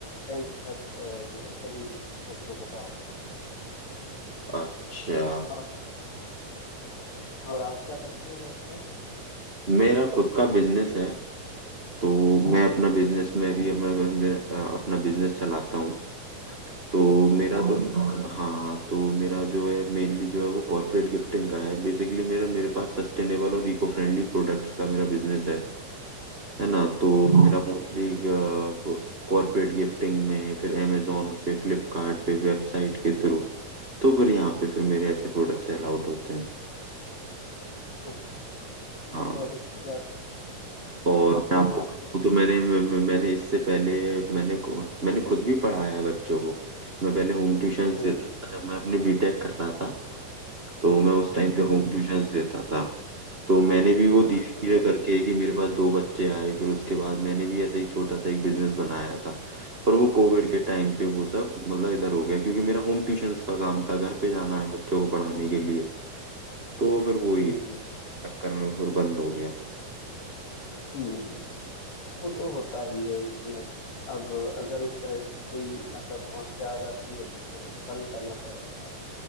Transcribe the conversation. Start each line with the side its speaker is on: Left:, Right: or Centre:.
Left: टेंथ तक अ, जो है सभी बच्चों को पढ़ाता हूँ
Right: अच्छा
Left: और और आप क्या करते हैं भाई साहब
Right: मेरा खुद का बिजनेस है तो मैं अपना बिजनेस में भी अपना मैं- अपना बिजनेस चलाता हूँ तो मेरा
Left: ओके बहुत
Right: तो हाँ
Left: अच्छी बात
Right: हाँ तो मेरा जो है मेनली जो है वो कॉर्पोरेट गिफ्टिंग का है बेसिकली मेरा मेरे पास सस्टेनेबल और इको फ्रेंडली प्रोडक्ट्स का मेरा बिजनेस है है ना तो
Left: ओके
Right: मेरा मोस्टली कॉर्पोरेट गिफ्टिंग में फिर अमेजोन पे फ्लिपकार्ट पे वेबसाइट के थ्रू तो फिर यहाँ पे फिर मेरे ऐसे प्रोडक्ट्स अलाउड होते हैं
Left: ओके
Right: हाँ
Left: बहुत अच्छी बात
Right: और
Left: तो
Right: मैं
Left: इसमें
Right: आपको
Left: आपको
Right: बताऊं तो मैंने मैं- मैंने इससे पहले मैंने मैंने खुद भी पढ़ाया है बच्चों को मैं पहले होम ट्यूशंस
Left: हम्म
Right: देता था जब मैं अपने बीटेक कर रहा था तो मैं उस टाइम
Left: ओके
Right: पे होम ट्यूशंस देता था तो मैंने भी वो
Left: हाँ,
Right: धीरे
Left: बहुत
Right: धीरे करके कि मेरे पास दो बच्चे आए फिर उसके बाद मैंने भी ऐसे ही छोटा सा एक बिजनेस बनाया था पर वो कोविड के टाइम पे वो सब मतलब इधर हो गया क्योंकि मेरा होम ट्यूशंस का काम था घर पे जाना है बच्चों को पढ़ाने के लिए तो फिर वो ही
Left: जी जी
Right: चक्कर में वो फिर बंद हो गया
Left: हम्म वो तो होता ही है इसमें अब अगर उस तरह की कोई मतलब समस्या आ जाती है तो फिर बंद करना पड़ जाता है